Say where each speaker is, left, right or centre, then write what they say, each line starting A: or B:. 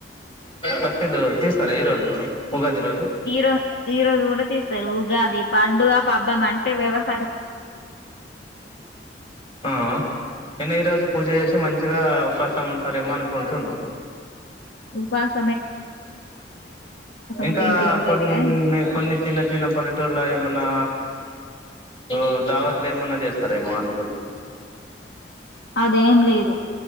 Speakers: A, on the left (about 30°); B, on the left (about 70°).
A: పత్తిలు తీస్తారా ఈ రోజు కూడా ఉగాది రోజు
B: ఈ రోజు ఈ రోజు కూడా తీస్తారు ఉగాది పండుగ పబ్బం అంటే వ్యవస్
A: ఆ నేను ఈ రోజు పూజ చేసి మంచిగా పత్తం ఉంటారేమో అనుకుంటున్నా.
B: ఉపాస్
A: ఇంకా
B: ఉంటే ఇంకేమి
A: కొన్ని
B: లేదు గాని
A: కొన్ని చిన్న చిన్న పల్లెటూర్లయే మన్నా ఓ దావత్లో ఏమన్నా చేస్తారేమో అనుకుంట
B: అదేం లేదు